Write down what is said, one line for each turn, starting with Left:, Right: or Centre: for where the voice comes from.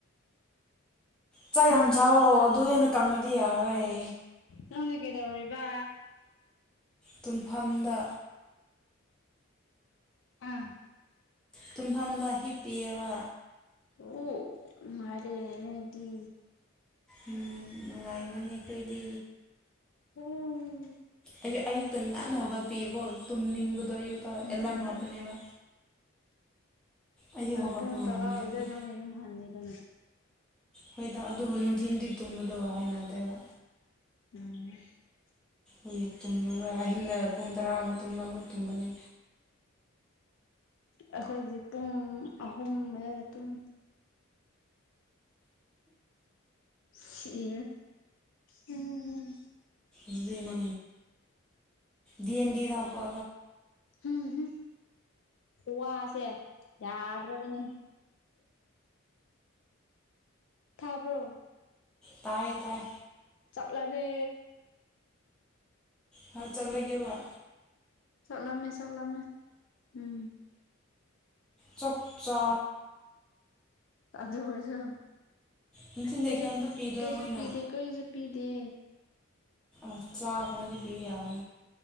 Centre: ꯆꯥꯛ ꯌꯥꯝ
Left: ꯅꯪꯗꯤ
Centre: ꯆꯑꯣ ꯑꯗꯨ ꯍꯦꯟꯅ ꯀꯪꯉꯗꯤ ꯌꯥꯔꯣꯏ
Left: ꯅꯪꯗꯤ ꯀꯩꯗꯧꯔꯤꯕ
Centre: ꯇꯨꯡꯐꯝꯗ
Left: ꯑꯥ
Centre: ꯇꯨꯝꯐꯝꯗ ꯍꯤꯞꯄꯤꯕ
Left: ꯑꯣ ꯃꯥꯔꯦꯅꯗꯤ
Centre: ꯎꯝ ꯅꯨꯡꯉꯥꯏꯕꯅꯦ ꯑꯩꯈꯣꯏꯗꯤ
Left: ꯎꯝ
Centre: ꯑꯌꯨꯛ ꯑꯌꯨꯛꯇꯪ ꯉꯟꯅ ꯍꯧꯔꯒꯠ ꯄꯤꯌꯨꯀꯣ ꯇꯨꯝꯅꯤꯡꯕꯗꯣ ꯑꯌꯨꯛꯇ ꯑꯦꯂꯥꯔꯝ
Left: ꯎꯝ ꯎꯝ
Centre: ꯍꯥꯞꯄꯅꯦꯕ
Left: ꯎꯝ
Centre: ꯑꯩꯗꯤ
Left: ꯑꯗꯨ
Centre: ꯍꯧꯒꯠꯄ
Left: ꯄꯨꯡ
Centre: ꯉꯝꯗꯕꯅꯦ
Left: ꯇꯔꯥ ꯑꯣꯏꯗꯣꯏ ꯅꯪꯅ ꯌꯨꯝ ꯍꯟꯅꯤꯗꯅ
Centre: ꯍꯣꯏꯗ ꯑꯗꯨꯕꯨ ꯅꯨꯡꯊꯤꯟ ꯇꯕꯗꯣ ꯍꯥꯏꯅꯗꯦꯕ
Left: <inaudible>
Centre: ꯑꯩꯈꯣꯏ ꯇꯨꯝꯉꯔꯣꯏ ꯑꯍꯤꯡꯗ ꯄꯨꯡ ꯇꯔꯥ ꯃꯇꯨꯡꯗ ꯑꯃꯨꯛ ꯇꯨꯝꯒꯅꯤ
Left: ꯑꯩꯈꯣꯏꯗꯤ ꯄꯨꯡ ꯑꯍꯨꯝ ꯑꯗꯨꯗ ꯄꯨꯡ ꯁꯤ ꯎꯝ
Centre: ꯑꯗꯨ ꯏ ꯃ ꯍꯗꯤꯗ ꯄ
Left: ꯎꯝꯝ ꯋꯥꯁꯦ ꯌꯥꯗ꯭ꯔꯕꯅꯤ ꯇꯥꯕ꯭ꯔꯣ
Centre: ꯇꯥꯏ ꯇꯥꯏ
Left: ꯑꯗꯦ
Centre: ꯍꯥꯎ ꯆꯠ ꯂꯩ ꯋꯥ
Left: ꯆꯠꯂꯃꯦ ꯆꯠꯂꯃꯦ ꯎꯝ
Centre: ꯆꯧꯞꯆꯥ
Left: ꯀꯗꯨ ꯑꯣꯏꯁꯨ
Centre: ꯅꯨꯡꯊꯤꯟꯗꯩ
Left: ꯀꯁ
Centre: ꯀꯩꯝꯇ ꯄꯤꯗ꯭ꯔꯥ
Left: ꯀꯩꯁ
Centre: ꯃꯣꯏꯅ
Left: ꯄꯤꯗ ꯀꯩꯁ ꯄꯤꯗ
Centre: ꯑꯆꯥꯥꯒ ꯃ ꯄ ꯌꯥꯝ